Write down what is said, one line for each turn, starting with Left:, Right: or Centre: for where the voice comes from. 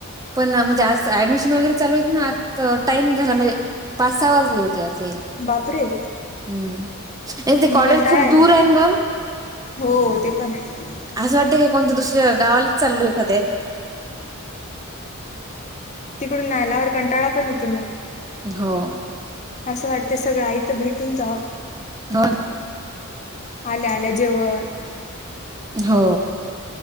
Right: पण म्हणजे आज ऍडमिशन वगैरे चालू आहेते ना आ टाईम झाला म्हणजे पाच सहा वाजले होते असं याला.
Left: बापरे
Right: हम्म आणि ते
Left: मग
Right: कॉलेज
Left: कंटाळा
Right: खूप
Left: येते
Right: दूर आहे ग.
Left: हो ते पण आहे.
Right: असं वाटतं की कोणत्या दुसऱ गावाला चाल आहे एखाे
Left: तिकडून नयलावर कंटाळा पण येते मग.
Right: हो.
Left: असं वाटते सगळं आईत भेटून जावाव.
Right: हो.
Left: आल्या आल्या जेवायला.
Right: हो.